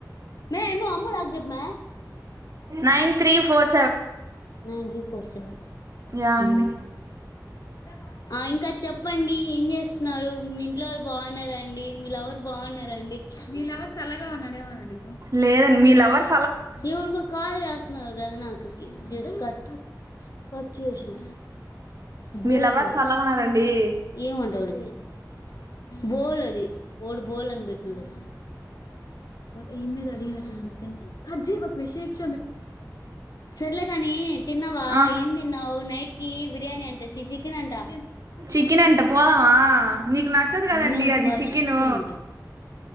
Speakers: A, on the left; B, on the right.
A: మే యమ్ము అమ్ము లాక్ చెప్పు మే
B: nine three four
A: nine three four seven
B: యాంది
A: ఉమ్ <unintelligible> ఆ ఇంకా చెప్పండి ఏం చేస్తున్నరు మీ ఇంట్లో వాళు బావున్నరా అండి మీ లవర్ బావున్నరా అండి మీ లవర్ సల్లగా ఉన్నాడమో అడుగు
B: లేదండి మీ లవర్
A: ఎవరికో కాల్ చెస్తున్నార్ జ్యోష్న అక్కకి జస్ట్ కట్ కట్ చేసిన బొయ్
B: మీ లవర్స్
A: అంట
B: అలా ఉన్నారండి
A: ఏమో అంటాండు తి బోలె ఓడు బోల్ అని పెట్టినడు ఇయమ్మి ఎదొ అడిగినట్టుంది కన్ కట్ చేయబాకు మే షేక్ సర్లే గానీ తిన్నావా
B: ఆ
A: ఏం తిన్నావ్ నైట్ కి బిర్యానీ అంట చి చి చికెన్ అంటా
B: చికెన్ అంట పోదామా నీకు నచ్చదు గదండి
A: మేము
B: అది
A: ఫస్ట్
B: చికెను
A: ఉంటాం